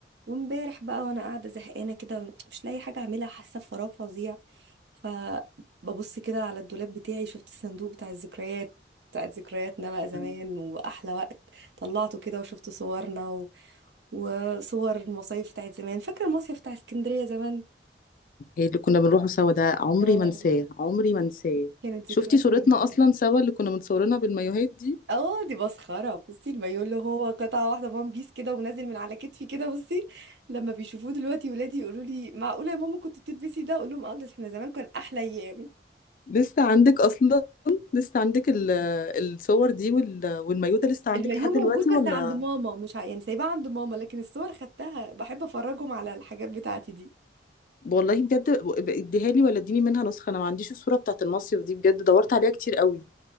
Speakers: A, on the right; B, on the left.
A: وامبارح بقى وانا قاعده زهقانه كده مش لاقي حاجه اعملها حاسه بفراغ فظيع فببص كده على الدولاب بتاعي شفت الصندوق بتاع الذكريات بتاعت ذكرياتنا بقى زمان
B: هي
A: واحلى وقت طلعته كده وشفت صورنا و... وصور المصايف بتاعت زمان فاكر المصيف بتاع اسكندريه زمان
B: اللي كنا بنروحه سوا ده عمري
A: اه
B: ما انساه عمري ما انساه
A: كانت
B: شفتي
A: ذكرياته
B: صورتنا
A: جميله
B: اصلا سوا اللي كنا متصورينها بالمايوهات دي
A: اه دي مسخرة بصي المايو اللي هو قطعة واحدة وان بيس كده ونازل من على كتفي كده بصي لما بيشوفوه دلوقتي ولادي يقولوا لي معقولة يا ماما كنت بتلبسي ده اقول لهم اه بس احنا زمان كان احلى ايام
B: لسه عندك اصلا لسه عندك ال- الصور دي وال- والمايوه ده لسه عندك
A: المايو
B: لحد
A: موجود
B: دلوقتي ولا
A: بس عند ماما مش ع... يعني سايباه عند ماما لكن الصور خدتها بحب افرجهم على الحاجات بتاعتي دي
B: والله بجد ب- اديها لي ولا اديني منها نسخه انا ما عنديش الصوره بتاعت المصيف دي بجد دورت عليها كتير قوي